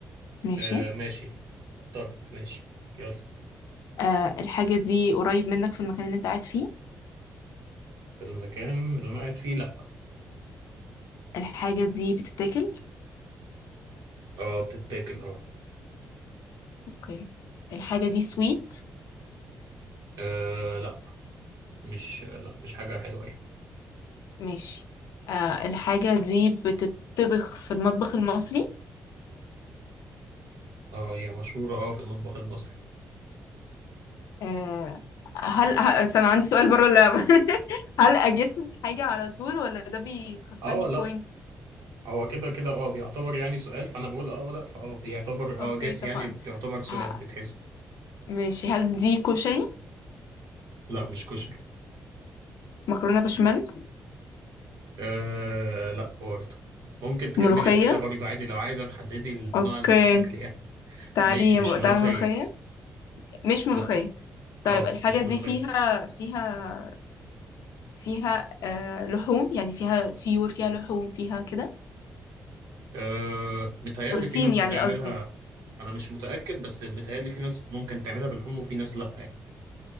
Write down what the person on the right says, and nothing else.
آه ماشي اخترت ماشي يلا
المكان اللي انا قاعد فيه لا
اه بتتاكل اه
آه، لا مش لا مش حاجة حلوة يعني
اه هي مشهورة اه في المطبخ المصري
اه لا
هو كده كده اه بيعتبر يعني سؤال فانا بقول اه لا فاه بيعتبر اه
جس
يعني بيعتبر سؤال
بتحسب
لا مش كشري
آه لا برضه ممكن تكملي
أسئلة برضه عادي لو عايزة تحددي نوع
الأكل يعني
ماشي مش ملوخية
لا
اه
مش
ملوخية
أه متهيألي
في ناس
بتعملها
أنا مش متأكد بس متهيألي في ناس ممكن تعملها بالحمص وفي ناس لأ يعني